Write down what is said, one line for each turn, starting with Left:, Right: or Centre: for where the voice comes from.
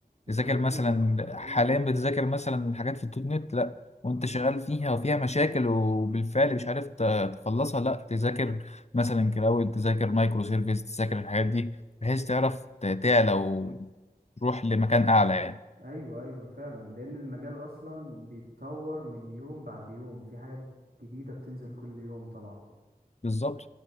Right: ده
Left: تذاكر
Right: حقيقي
Left: مثلا
Right: ده حقيقي
Left: حاليا بتذاكر مثلا حاجات في الدوت نت لا وانت شغال فيها وفيها مشاكل وبالفعل مش عارف ت- تخلصها لا تذاكر مثلا كلاود تذاكر مايكرو سيرفيس تذاكر الحاجات دي بحيث تعرف ت- تعلى وتروح لمكان اعلى يعني
Right: ايوه ايوه فعلا لان المجال اصلا بيتطور من يوم بعد يوم في حاجات جديدة بتنزل كل يوم طبعا
Left: بالظبط